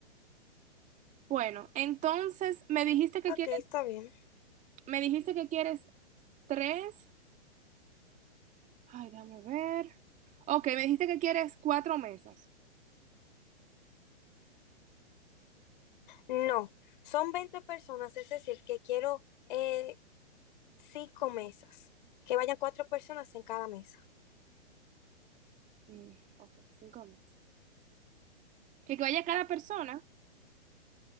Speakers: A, on the right; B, on the left.
A: Bueno, entonces me dijiste que
B: Ok,
A: quieres,
B: está bien.
A: me dijiste que quieres tres. Ay, déjame ver. Ok, me dijiste que quieres cuatro mesas.
B: No, son 20 personas, es decir, que quiero eh, cinco mesas, que vayan cuatro personas en cada mesa.
A: Mm, ok, cinco mesas. Que vaya cada persona,